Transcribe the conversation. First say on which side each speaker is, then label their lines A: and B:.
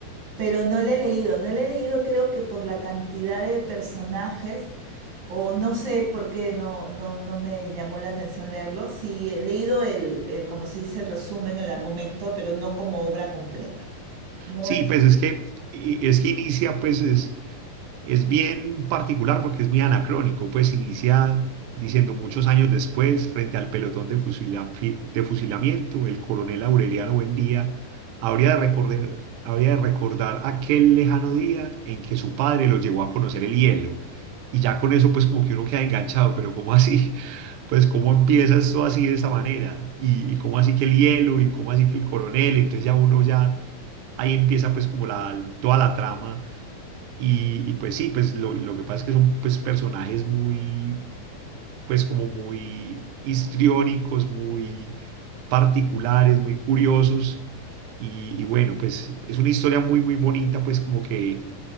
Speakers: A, on the right (about 65°); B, on the right (about 85°).
A: pero no le he leído. No le he leído creo que por la cantidad de personajes o no sé por qué no, no, no me llamó la atención leerlo. Sí he leído el, eh, como se dice, el resumen, el argumento, pero no como obra completa. No
B: Sí,
A: en...
B: pues es que, y- es que inicia pues es es bien particular porque es muy anacrónico, pues inicia diciendo muchos años después, frente al pelotón de, fusila- fi- de fusilamiento, el coronel Aureliano Buendía habría de recordar, habría de recordar aquel lejano día en que su padre lo llevó a conocer el hielo. Y ya con eso, pues como que uno queda enganchado, pero ¿cómo así? <laughs> Pues ¿cómo empieza esto así de esa manera? Y, y ¿cómo así que el hielo? ¿Y cómo así que el coronel? Entonces ya uno ya, ahí empieza pues como la, toda la trama y, y pues sí, pues lo, lo que pasa es que son pues personajes muy, pues como muy histriónicos, muy particulares, muy curiosos. Y, y bueno, pues es una historia muy, muy bonita, pues como que,